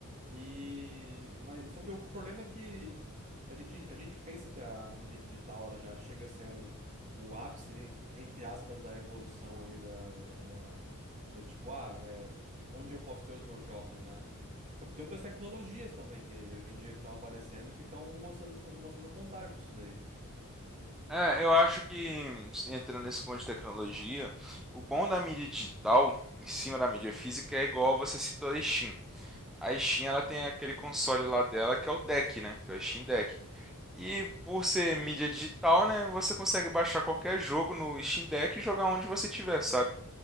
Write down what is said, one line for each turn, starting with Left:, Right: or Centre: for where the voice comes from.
Right: E mas só que o problema é que a gente, a gente pensa que a mídia digital ela já chega a ser um o ápice ali, entre aspas da evolução ali da, da, da- da, tipo ah é, onde eu posso ter os meus jogos, né? Só que tem outras tecnologias também que hoje em dia que estão aparecendo que estão mostrando isso, mostrando o contrário disso daí.
Centre: É, eu acho que entrando nesse ponto de tecnologia, o bom da mídia digital em cima da mídia física é igual você citou a Steam. A Steam ela tem aquele console lá dela que é o Deck, né? Que é o Steam Deck. E por ser mídia digital, né, você consegue baixar qualquer jogo no Steam Deck e jogar onde você tiver, sabe?